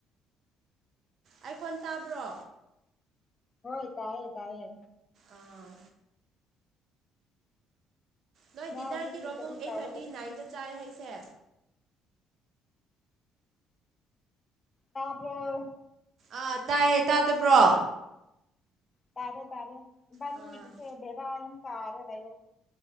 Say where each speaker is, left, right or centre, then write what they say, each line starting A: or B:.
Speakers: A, on the right; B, on the left.
A: ꯑꯩꯥꯈꯣꯟ ꯇꯥꯕ꯭ꯔꯣ
B: ꯍꯣꯏ ꯇꯥꯏ ꯇꯥꯌꯦ
A: ꯑꯥ ꯅꯣꯏ
B: ꯅꯪ
A: ꯗꯤꯅꯔꯒꯤꯔꯣ
B: ꯍꯧꯖꯤꯛꯇꯤ ꯀꯔꯤ
A: ꯄꯨꯡ ꯑꯩꯠ
B: ꯇꯧꯔꯒ
A: ꯊꯥꯔꯇꯤ ꯅꯥꯏꯟꯗ ꯆꯥꯏ ꯍꯥꯏꯁꯦ
B: ꯇꯥꯕꯔꯣ
A: ꯑꯥ ꯇꯥꯏꯌꯦ ꯇꯥꯗꯕ꯭ꯔꯣ
B: ꯇꯔꯦ ꯇꯔꯦꯅꯤꯦꯗꯦꯚ
A: ꯑꯥ
B: ꯌꯥꯝꯝ ꯀꯥꯔ ꯂꯩ